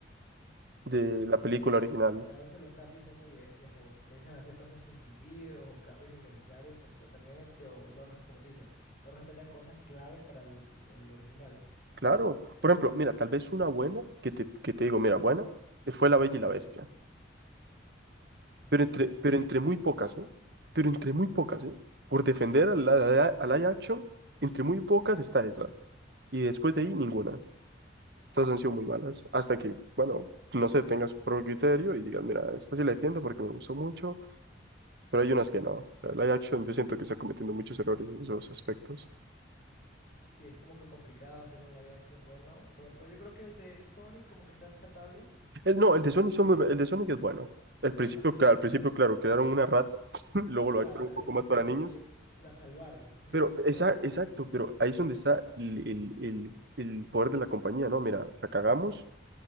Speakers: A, on the right (about 55°); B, on the left (about 45°).
A: de
B: Sí,
A: la
B: porque
A: película original.
B: ya a veces los cambios son muy bestias o comienzan a hacer cosas sin sentido o cambios innecesarios completamente o no, resp- como tú dices, no respetan cosas claves para el, el original.
A: Claro. Por ejemplo, mira, tal vez una buena que te, que te digo, mira, buena, fue La Bella y la Bestia.
B: Mm,
A: Pero entre, pero entre muy pocas, ¿eh? Pero entre muy pocas, ¿eh? Por defender a la, la- a la live Action, entre muy pocas está esa. Y después de ahí, ninguna. Todas han sido muy malas. Hasta que, bueno, no sé, tengas su propio criterio y digas, mira, esta sí la defiendo porque me gustó mucho, pero hay unas que no. La live Action, yo siento que está cometiendo muchos errores en esos aspectos.
B: sí, es como que complicado hacer un live action bueno. Por ejemplo, yo creo que el de Sonic como que está rescatable,
A: El, no, el de
B: ese
A: Sonic,
B: diría.
A: son muy bu- el de Sonic es bueno. Al principio,
B: Ajá,
A: claro, al principio, claro, crearon una rata, <laughs> luego lo
B: claro,
A: actuaron un
B: ese
A: poco más
B: fue
A: para
B: como
A: niños.
B: que la salvaron, <laughs> pues
A: Pero,
B: la salvaron.
A: esa, exacto, pero ahí es donde está el, el- el- el poder de la compañía, ¿no? Mira, la cagamos,